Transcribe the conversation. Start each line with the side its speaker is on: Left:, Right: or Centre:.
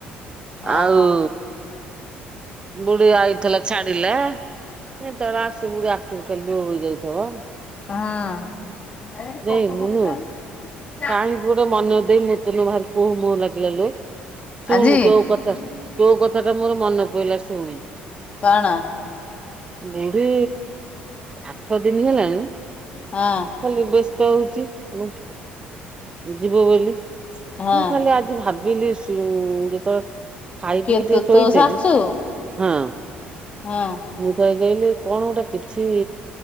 Left: ଓହୋ
Right: ଆଉ ବୁଢୀ ଆଇଥିଲା ଛାଡିଲା ଏ ତ ସେ ବୁଢ଼ୀ ଆଖିରୁ ଖାଲି କୁହ ବହି ଯାଉଥିବ।
Left: ହଁ।
Right: ଦେଇ ମୁନୁ କାହିଁକି ଗୋଟେ ମନେ ଦେଇ ମୁୂତନ ବାହାର <inaudible> କୁହ ମ ଲାଗିଲଲୁ। ଶୁଣୁ
Left: ଆଜି
Right: ତୋ କଥା, ତୋ କଥା ଟା ମୋର ମନେ ପଡିଲା ଶୁଣୁ।
Left: କଣ?
Right: ବୁଢୀ ଆଠ ଦିନ ହେଲାଣି
Left: ହଁ।
Right: ଖାଲି ବ୍ୟସ୍ତ ହଉଛି ଆ ଯିବ ବୋଲି
Left: ହଁ
Right: ମୁଁ ଖାଲି ଆଜି ଭାବିଲି ଯେତେବେଳେ ଖାଇପିକି
Left: କିଏ ତୋ
Right: ଟିକେ ଶୋଇଥିଲି
Left: ତୋ ଶାଶୁ
Right: ଅଁ
Left: ହଁ।
Right: ମୁଁ ତ ଏଇ କହିଲି କଣ ଗୋଟେ କିଛି